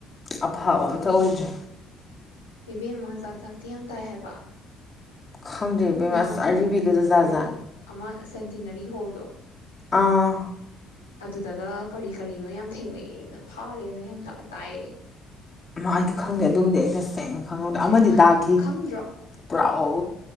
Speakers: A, on the left; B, on the left.
A: ꯑꯐꯕ ꯑꯝꯇ
B: ꯑꯗꯨꯅꯦ
A: ꯑꯣꯏꯗ꯭ꯔꯦ꯫
B: ꯏꯕꯦꯝꯃ ꯖꯥꯠ ꯖꯥꯇꯤ ꯌꯥꯝ ꯇꯥꯏ ꯍꯥꯏꯕ꯫
A: ꯈꯪꯗꯦ ꯕꯦꯝꯃꯁ
B: ꯅꯍꯥꯟꯃꯨꯛ
A: ꯑꯔꯤꯕꯒꯖꯤ ꯖꯥꯠ
B: ꯀꯔꯤ
A: - ꯖꯠꯅꯤ꯫
B: ꯑꯃ ꯁꯦꯟꯇꯤꯅꯔꯤ ꯍꯣꯜꯗꯣ
A: ꯑꯥ꯫
B: ꯑꯗꯨꯗꯒ ꯀꯔꯤ- ꯀꯔꯤꯅꯣ ꯌꯥꯝ ꯊꯦꯡꯅꯩꯅ ꯐꯥꯔꯦꯅ ꯌꯥꯝ ꯇ ꯇꯥꯏꯌꯦ
A: ꯃꯥ ꯑꯩꯗꯤ ꯈꯪꯗꯦ ꯑꯗꯨꯝꯗꯤ ꯑꯩꯩ ꯇꯥꯁꯦꯡꯅ ꯫ ꯈꯪꯍꯧꯗꯦ ꯑꯃꯗꯤ
B: ꯍꯩꯃ
A: ꯇꯥꯈꯤ꯫
B: ꯈꯪꯗ꯭ꯔꯣ
A: ꯄꯨ꯭ꯔꯥꯎ